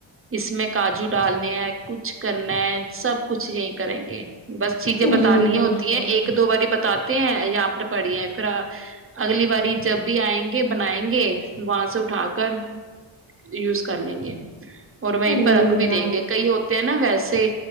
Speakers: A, on the right; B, on the left.
A: اس میں کاجو ڈالنے ہے کچھ کرنا ہے سب کچھ یہی کریں گے بس چیزیں بتانی
B: جی بالکل
A: ہوتی ہیں ایک دو باری پتا بتاتے ہیں یہاں پر پڑی ہیں پھر اگلی باری جب بھی آئیں گے بنیں گے وہاں سے اٹھا کر یوز کر لیں گے اور وئیپ
B: جی
A: <unintelligible> پرکھ بھی
B: آپ
A: دیں گے کئی ہوتے ہیں نا ویسے